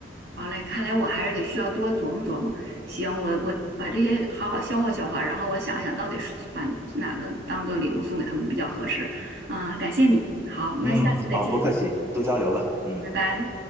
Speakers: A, on the right; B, on the right.
A: 好嘞，看来我还是得需要多琢磨琢磨。行，我我把这些好好消化消化，然后我想一想到底是把哪个当做礼物送给他们比较合适。啊，感谢你。好，
B: 嗯，
A: 那下次再见，
B: 好，不客气，多交流吧，嗯。
A: 拜拜。